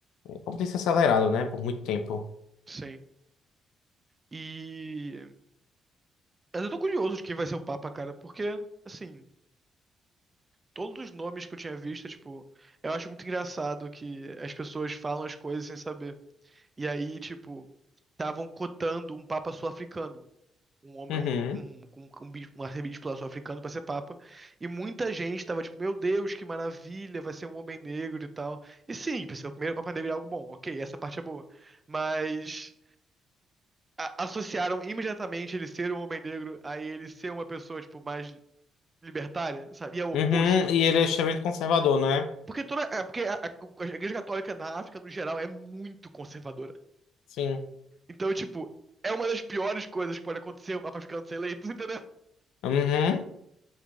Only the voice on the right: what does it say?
sim. E Mas eu tô curioso de quem vai ser o Papa, cara, porque, assim, todos os nomes que eu tinha visto, é, tipo, eu acho muito engraçado que as pessoas falam as coisas sem saber. E aí, tipo, estavam cotando um Papa sul-africano, um homem,
um, um, um, um, bis- um arcebispo lá sul-africano pra ser Papa. E muita gente tava, tipo, meu Deus, que maravilha, vai ser um homem negro e tal. E sim, pra ser o primeiro Papa negro é algo bom, ok, essa parte é boa. Mas a- associaram imediatamente ele ser um homem negro a ele ser uma pessoa, tipo, mais libertária, sabe? E é o oposto.
Porque toda, é porque a, a- a Igreja Católica na África, no geral, é muito conservadora.
Então, tipo, é uma das piores coisas que pode acontecer um papa ficando ser eleito, <laughs> entendeu?